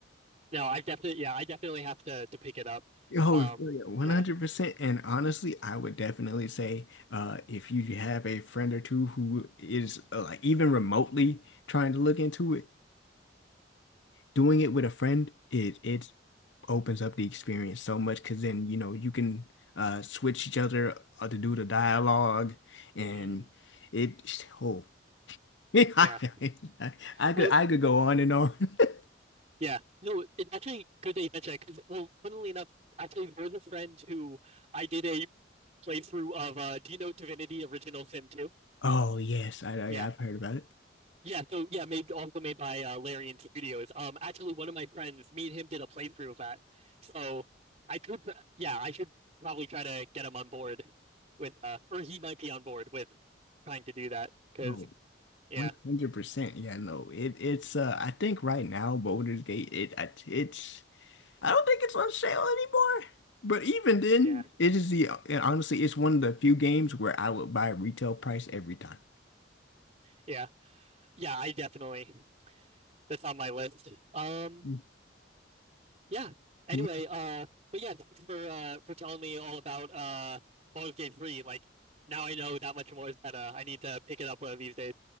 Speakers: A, on the right (about 35°); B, on the left (about 75°).
A: No, I definitely, yeah, I definitely have to to pick it up.
B: <laughs> yo,
A: Um,
B: it's really 100%.
A: yeah.
B: And honestly, I would definitely say uh, if you have a friend or two who is uh, like even remotely trying to look into it, doing it with a friend, it, it opens up the experience so much because then, you know, you can uh, switch each other uh, to do the dialogue and
A: Hmm.
B: it, oh, <laughs> I,
A: Yeah.
B: I could,
A: Well,
B: I could go on and on. <laughs>
A: yeah. No, it's actually good that you mentioned that 'cause, well, funnily enough, actually, there's a friend who I did a playthrough of uh, do you know Divinity Original Sin 2?
B: Oh, yes, I,
A: Yeah.
B: I- I've heard about it.
A: Yeah, so yeah, made also made by uh, Larian Studios. Um, actually, one of my friends, me and him did a playthrough of that. So I could, pr- yeah, I should probably try to get him on board with, uh, or he might be on board with trying to do that. Because
B: Oh,
A: yeah,
B: 100%. Yeah, no. It it's uh I think right now Baldur's Gate it I- it's I don't think it's on sale anymore. But even then,
A: yeah,
B: it is the and honestly it's one of the few games where I would buy retail price every time.
A: yeah, yeah, I definitely that's on my list. Um.
B: Mm,
A: Yeah. Anyway,
B: Yeah,
A: uh, but yeah, thanks for uh for telling me all about uh Baldur's Gate 3. Like now I know that much more is better. I need to pick it up one of these days.